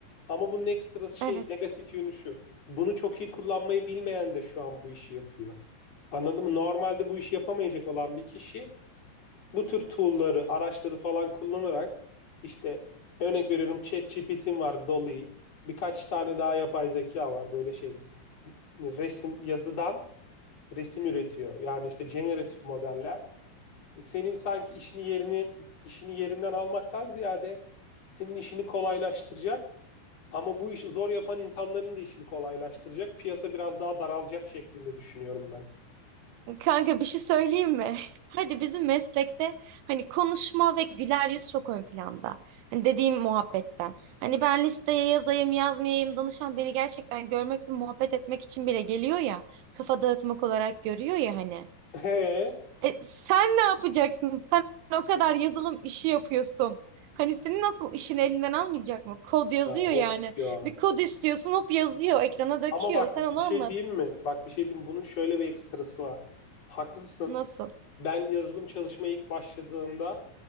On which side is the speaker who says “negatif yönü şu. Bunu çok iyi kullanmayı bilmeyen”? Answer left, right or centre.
Left